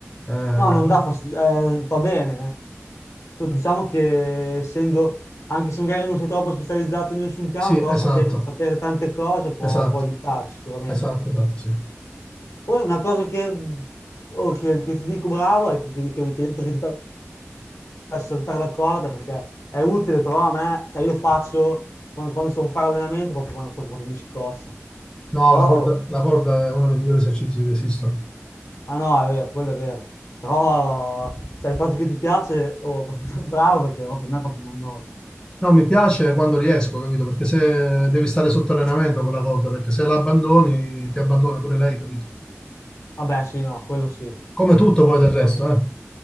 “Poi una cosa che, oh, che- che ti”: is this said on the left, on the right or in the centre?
Left